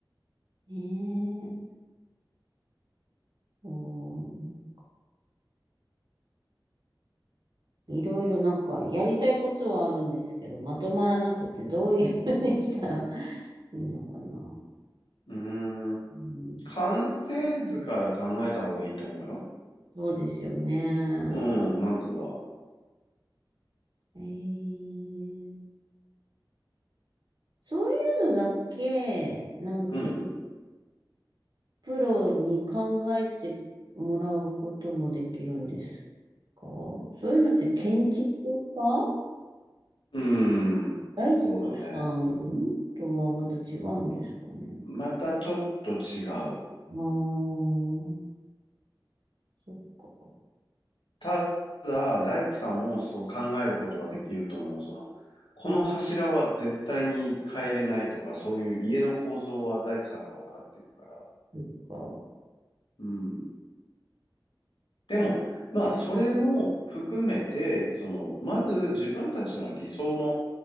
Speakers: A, on the right; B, on the left.
A: ねえ。うん。いろいろなんかやりたいことはあるんですけど、まとまらなくてどういうふうにしたら <laughs> いいのかな。
B: うーん。
A: うん、
B: 完成図から考えた方がいいと思うよ。
A: そうですよね。
B: うん、まずは。
A: えーそういうのだけ、なんて
B: うん
A: プロに考えてもらうこともできるんですかそういうのって建築家
B: うん。うーん。
A: 大工さんとはまた違うんですかね
B: そうだね。またちょっと違う。
A: ああー、そっか。
B: ただ、大工さんもそう考えることはできると思う。その、この柱は絶対に変えれないとか、
A: うん
B: そういう家の構造は大工さんが分かってるから。
A: そっか。
B: うん。でも、まあ、それも含めて、その、
A: うん
B: まず自分たちの理想の